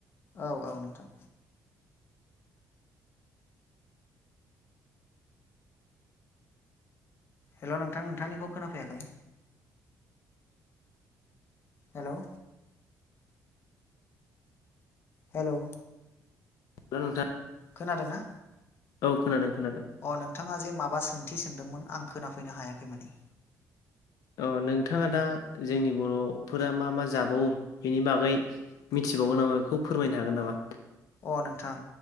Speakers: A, on the left; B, on the left.
A: औ औ नोंथां हेल' नोंथां नोंथांनिखौ खोनाफैयाखै हेल' हेल'
B: हेल' नोंथां
A: खोनादोंना?
B: औ खोनादों। खोनादों
A: अ' नोंथाङा जे माबा सोंथि सोंदोंमोन आं खोनाफैनो हायाखै माने
B: अ' नोंथाङा दा जोंनि बर'फोरा मा मा जाबावो बेनि बागै मि थिबावो नामा बेखौ फोरमायनो हागोन नामा?
A: अ' नोंथां